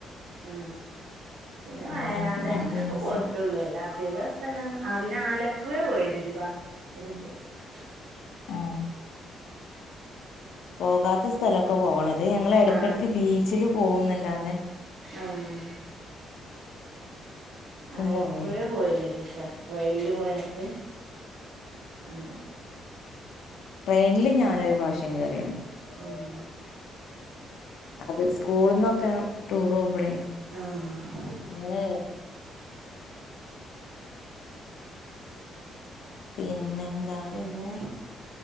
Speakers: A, on the right (about 75°); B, on the left (about 70°).
A: ആ പിന്നെ വയനാട്
B: ര രണ്ട്
A: അങ്ങനൊക്കെ
B: ദിവസം
A: പോയിട്ടുള്ളൂ. അല്ലാ അധിക- സ്ഥല, ആ പിന്നെ ആലപ്പുഴ പോയിന് ഒരുപാ <unintelligible>
B: ഏ. പോകാത്ത സ്ഥലൊക്കെ പോകണ അത് ഞങ്ങള് എടക്കെടക്ക്
A: ആ
B: ബീച്ചില് പോവുന്നല്ലാതെ
A: ആ ആലപ്പുഴേ
B: പോവേല്ല
A: പോയിന ഒരുസം ട്രെനില് പോയട്ട് അങ്ങെനെ.
B: ട്രെയിനീല് ഞാനൊരു പ്രാവശ്യം കേറിണ്.
A: ഉം
B: അത് സ്കൂളന്നൊക്കെ ടൂർ പോകുമ്പോളേ
A: ആഹ്
B: അങ്ങനെ പിന്നെന്താ?
A: പിന്നെ